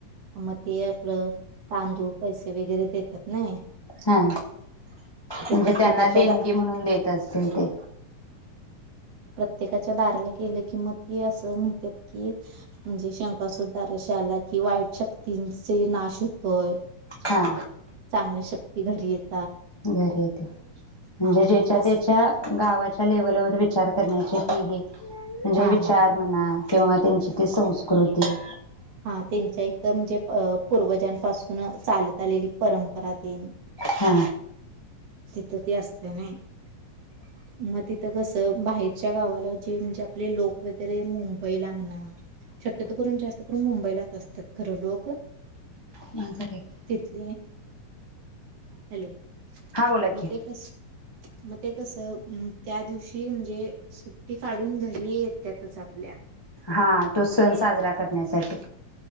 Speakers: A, on the right; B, on the left.
A: म ते आपलं तांदूळ पैसे वगैरे देत्यात. नही
B: हा म्हणजे
A: प्रत्येकाच्या
B: त्यांना देणगी
A: दा
B: म्हणून देत असतील ते
A: त्येकाच्या दाराला गेले की, म ते असं म्हणत्यात की, म्हणजे शंकासूर दाराशी आला कि वाईट शक्तींचे नाश होतोय.
B: हा
A: चांगल्या शक्ती घरी येत
B: घरी येते म्हणजे
A: हां,
B: ज्याच्या
A: म्हणजे असं
B: त्याच्या गावात च्या लेवलवर विचार करण्याचे ती हे म्हणजे
A: हां,
B: विचार
A: हां,
B: म्हणा किंवा त्यांची ती संस्कृती
A: हा त्यांच्या इथं म्हणजे अ पूर्वजांपासून चालत आलेली परंपरा तेन
B: हा
A: तिथं ते असते नय म तिथं कस बाहेरच्या गावाला जे म्हणजे आपले लोक वगैरे मुंबईला म्हणा शक्यतो करून जास् मुंबईलाच असतात खरं लोक
B: मांजर हाय का
A: तिथली हॅलो
B: हा बोला
A: मग
B: की,
A: ते कसं मग ते कसं अ त्या दिवशी म्हणजे सुट्टी काढून घरी येत्यातच आपल्या
B: हा तो सण साजरा करण्यासाठी